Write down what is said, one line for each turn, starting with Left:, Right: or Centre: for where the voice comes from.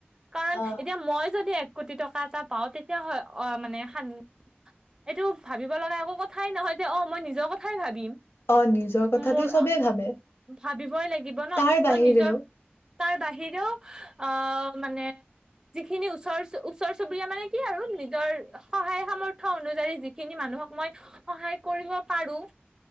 Right: কাৰণ,
Left: অ।
Right: এতিয়া মই যদি এক কোটি টকা- এটা পাও তেতিয়া হয় অ' মানে সান এইটো ভাবিব লগা একো কথাই নহয় যে, অ' মই নিজৰ কথাই ভাবিম।
Left: অ' নিজৰ কথাটো
Right: মোৰ
Left: চবেই ভাবে।
Right: ভাবিবই লাগিব ন'
Left: তাৰ বাহিৰেও
Right: তই নিজৰ- তাৰ বাহিৰেও আহ' মানে যিখিনি ওচৰ ওচৰ চুবুৰীয়া মানে, কি আৰু নিজৰ সহায় সামৰ্থয় অনুযায়ী যিখিনি মানুহক মই সহায় কৰিব পাৰো-